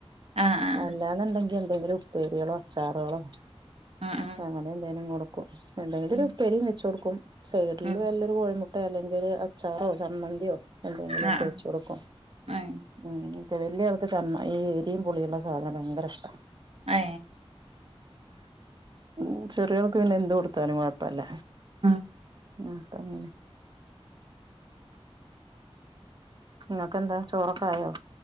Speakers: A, on the right; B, on the right.
A: ആഹ് ആഹ്
B: അല്ലാന്ന്ണ്ടെങ്കിൽ ഇവരുപ്പേര്യേളോ അച്ചാറേളോ
A: ആഹ് ആഹ്
B: അങ്ങനെ എന്തേലും കൊടുക്കും എന്തെങ്കിലൊരുപ്പേരി
A: ഉം
B: വെച്ച് കൊടുക്കും സെയ്‌ഡില്
A: ഉം
B: വല്ലൊരുകോഴിമുട്ടേ അല്ലെങ്കില് ഒരു അച്ചാറോ ചമ്മന്ത്യോ എന്തെങ്കിലൊക്കെ
A: ആഹ് ആഹ്
B: വെച്ച്കൊടുക്കും
A: ഏഹ്
B: അങ്ങനെ തെ വെല്യ ആൾക്ക് ചമ്മ ഈ എരീം പുളിയ്ള്ള സാധനം ഭയങ്ക ഇഷ്ട
A: ഏ
B: ഉ ചെറിയാൾക്ക് പിന്നെ എന്ത് കൊടുത്താലും കൊഴപ്പല്ല
A: ഉം
B: ആ അപ്പങ്ങനെ നിങക്കെന്താ ചോറക്കായോ